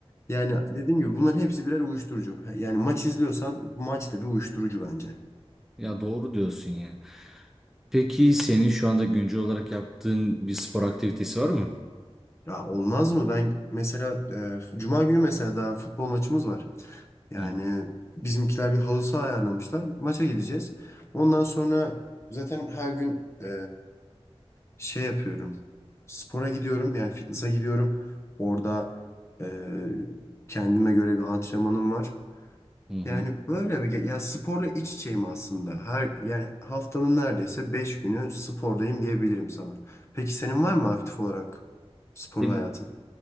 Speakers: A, on the left; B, in the centre.
A: Yani dediğim gibi bunların hepsi birer uyuşturucu. Yani maç izliyorsan maç da bir uyuşturucu bence.
B: Ya doğru diyorsun ya. Peki senin şu anda güncel olarak yaptığın bir spor aktivitesi var mı?
A: Ya olmaz mı? Ben mesela e, Cuma günü mesela daha futbol maçımız var. Yani
B: Hı
A: bizimkiler bir halı saha ayarlamışlar. Maça gideceğiz. Ondan sonra zaten her gün e, şey yapıyorum. Spora gidiyorum yani fitness'a gidiyorum. Orada e, kendime göre bir antrenmanım var.
B: hı. hı.
A: Yani böyle bir ge- ya sporla iç içeyim aslında. Her yani haftanın neredeyse 5 günü spordayım diyebilirim sana. Peki senin var mı aktif olarak spor
B: Benim
A: hayatın?